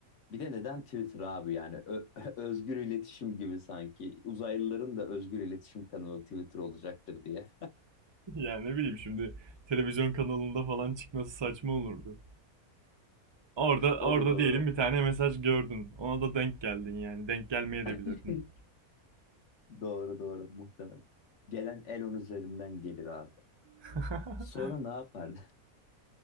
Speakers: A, on the left (about 55°); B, on the right (about 30°).
A: Bir de neden Twitter abi yani Ö- <laughs> özgür iletişim gibi sanki uzaylıların da özgür iletişim kanalı Twitter olacaktır diye.
B: Yani ne bileyim şimdi televizyon kanalında falan çıkması saçma olurdu. Orada orada
A: O da doğru.
B: diyelim bir tane mesaj gördün. Ona da denk geldin yani. Denk gelmeye de bilirdin.
A: <laughs> Doğru doğru muhtemelen. Gelen Elon üzerinden gelir abi.
B: <laughs>
A: Sonra ne yapardı? <laughs>